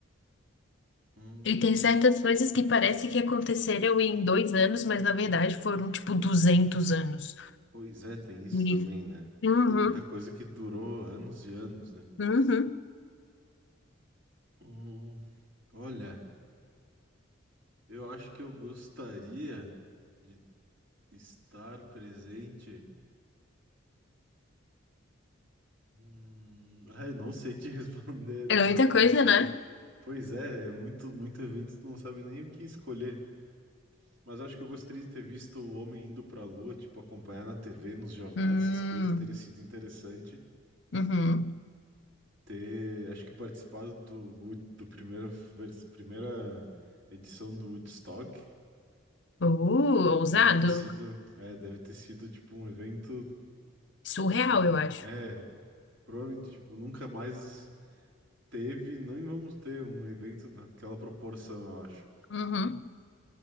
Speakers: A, on the right (about 65°); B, on the left (about 55°).
A: Hum,
B: E tem certas coisas que parece que aconteceram em dois anos, mas na verdade foram tipo 200 anos.
A: pois é, tem isso
B: E-
A: também, né?
B: Uhum,
A: Tem muita coisa que durou anos e anos, né?
B: uhum.
A: Hum, olha. Eu acho que eu gostaria de estar presente. Hum, ah, eu <laughs> não sei te <laughs> responder
B: É
A: na
B: muita
A: lata
B: coisa,
A: assim.
B: né?
A: Pois é, é muito, muito evento, tu não sabe nem o que escolher. Mas acho que eu gostaria de ter visto o homem indo pra Lua, tipo, acompanhar na TV, nos jornais,
B: Hum,
A: essas coisas, teria sido interessante.
B: uhum.
A: Ter, acho que participado do, Wood- do primeira, vers- primeira edição do Woodstock.
B: Uh, ousado.
A: Deve ter sido, é, deve ter sido tipo um evento.
B: Surreal,
A: hum,
B: eu acho.
A: É, Provavelmente, tipo, nunca mais teve, nem vamos ter um evento daquela proporção, eu acho.
B: Uhum,